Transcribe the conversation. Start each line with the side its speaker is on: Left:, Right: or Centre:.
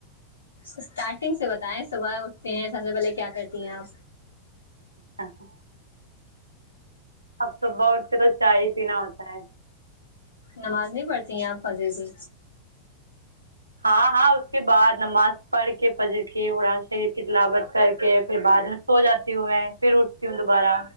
Left: اسٹارٹنگ سے بتائیں صبح اٹھتے ہیں سب سے پہلے کیا کرتی ہیں آپ
Right: اچھا اب صبح اٹھ کے تو چائے ہی پینا ہوتا ہے
Left: نماز نہیں پڑھتی ہیں آپ پضے بھی
Right: ہاں ہاں کے بعد نماز پڑھ کے پجر کے ارآن شریف کی تلاوت کر کے پھر بعد سو جاتی ہوں میں پھر اٹھتی ہوں دوبارہ